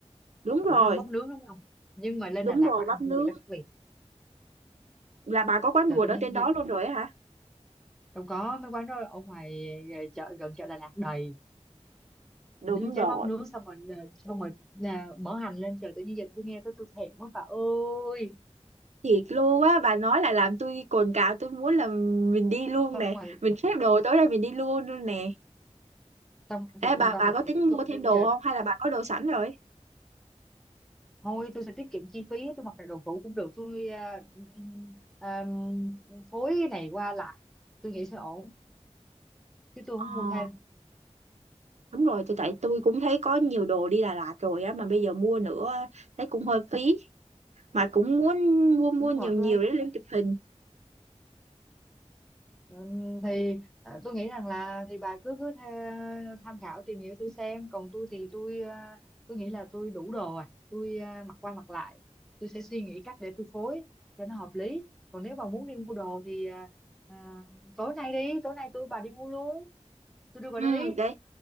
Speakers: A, on the right (about 75°); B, in the centre.
A: đúng
B: bà
A: rồi,
B: cũng ăn bắp nướng đúng không nhưng mà lên
A: đúng
B: Đà Lạt
A: rồi,
B: bà ăn
A: bắp nướng.
B: hương vị đó khác biệt
A: Là bà có quán
B: trời
A: ruột
B: tự nhiên
A: ở trên đó
B: gì-
A: luôn rồi á hả?
B: đâu có mấy quán đó ở ngoài ờ, chợ gần chợ Đà Lạt đầy
A: Đúng
B: nướng cháy
A: rồi.
B: bắp nướng xong rồi ờ, xong rồi ờ, mở hành lên trời tự nhiên giờ tôi nghe tôi tôi thèm quá bà ơi
A: thiệt luôn á bà nói là làm tôi cồn cào tôi muốn là mình đi luôn
B: xong
A: nè
B: rồi
A: mình xếp đồ tối nay mình đi luôn luôn nè
B: Xong tưởng
A: ê bà
B: và
A: bà
B: và
A: có tính
B: tưởng tượng
A: mua thêm
B: như
A: đồ
B: bây giờ
A: không hay là bà có đồ sẵn rồi
B: thôi tôi sẽ tiết kiệm chi phí, tôi mặc lại đồ cũ cũng được, tôi à, à, phối cái này qua lại, tôi nghĩ sẽ ổn, chứ tôi
A: ờ
B: không mua thêm.
A: đúng rồi tôi tại tôi cũng thấy có nhiều đồ đi Đà Lạt rồi á mà bây giờ mua nữa thấy cũng hơi phí mà cũng muốn mua mua
B: Đúng
A: nhiều
B: rồi,
A: nhiều
B: tôi thấy
A: để lên chụp hình
B: ừm, thì à, tôi nghĩ rằng là thì bà cứ cứ tha, tham khảo tìm hiểu thử xem, còn tôi thì tôi à, tôi nghĩ là tôi đủ đồ à, tôi à, mặc qua mặc lại, tôi sẽ suy nghĩ cách để tôi phối cho nó hợp lý. Còn nếu bà muốn đi mua đồ thì à, à, tối nay đi, tối nay tôi bà đi mua luôn, tôi đưa bà
A: ừ
B: đi.
A: đấy